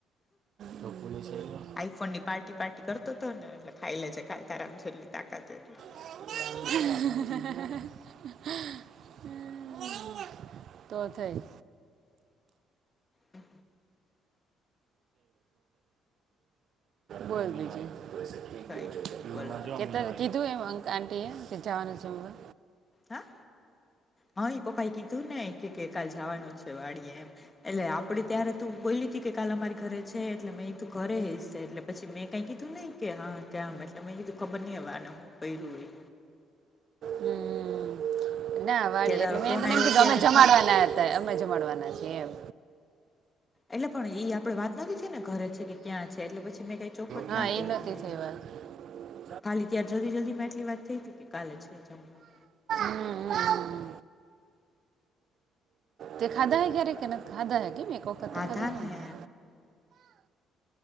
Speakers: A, on the right (about 60°); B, on the left (about 25°).
A: તોકલી સળમાં <unintelligible>
B: આઈફોન ની પાર્ટી પાર્ટી કરતો હતો ને એટલે ખાયલે જે કાલ તારામા જેટલી તાકાત એટલુ
A: હ હ <unintelligible> તો થઈ
B: હમ
A: બોલ બીજુ <unintelligible>
B: કઈ નહી બોલો તમે
A: કીધું એવુ આંટીએ કે જવાનું જમવા
B: હા હા એ પપા કીધું ને કે કાલ જવાનું છે વાડીએ એમ એટલે આપડે ત્યારે તું બોલી કે કાલે અમારી ઘરે છે એટલે મેં એ તું ઘરે હયશે એટલે પછી મેં કાઈ કીધું નહીં કે હા ત્યાં એટલે મેં કીધુ ખબર નહીં હવે આને શુ કરુ હોય
A: હમ ના વાડી
B: ત્યાં
A: એટલે
B: તારો
A: મે
B: ફોન
A: એમ
B: આવ્યો
A: કીધું
B: ત્યારે
A: અમે જમાડવાના
B: હા
A: હતા અમે જમાડવાના છીએ એમ
B: એટલે પણ એઈ આપડે વાત નથી થઈ ને ઘરે છે કે ક્યાં છે એટલે પછી મેં કઈ ચોખવટ
A: હા
B: ના કરી
A: એ નથી
B: એમ
A: <inaudible>
B: ખાલી ત્યાં જલ્દી જલ્દી એટલી વાત થઈ હતી કે કાલે છે જમવાનુ
A: હમ, હમ. તે ખાધા હે ક્યારેય કે ખાધા હે કેમ એક વખત
B: ખાધાને
A: તો ખાધા હે